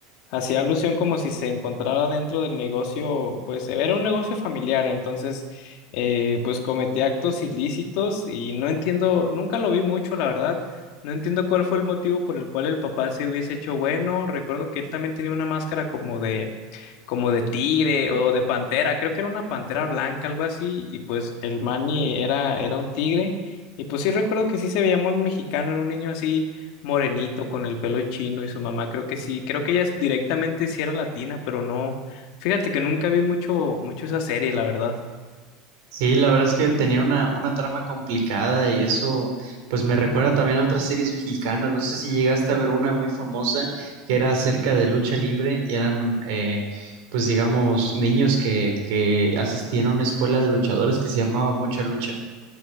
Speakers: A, on the left (about 50°); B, on the right (about 55°).
A: hacía alusión como si se encontrara dentro del negocio, pues era un negocio familiar, entonces, eh, pues cometía actos ilícitos y no entiendo, nunca lo vi mucho, la verdad. No entiendo cuál fue el motivo por el cual el papá se hubiese hecho bueno. Recuerdo que él también tenía una máscara como de, como de tigre o de pantera. Creo que era una pantera blanca, algo así. Y pues el Manny era, era un tigre. Y pues sí recuerdo que sí se veía muy mexicano. Era un niño así morenito, con el pelo chino y su mamá. Creo que sí. Creo que ella es- directamente sí era latina, pero no. Fíjate que nunca vi mucho, mucho esa serie, la verdad.
B: Sí, la verdad es que tenía una, una trama complicada y eso pues me recuerda también a otras series mexicanas. No sé si llegaste a ver una muy famosa que era acerca de lucha libre y eran eh, pues digamos niños que, que asistían a una escuela de luchadores que se llamaba Mucha Lucha.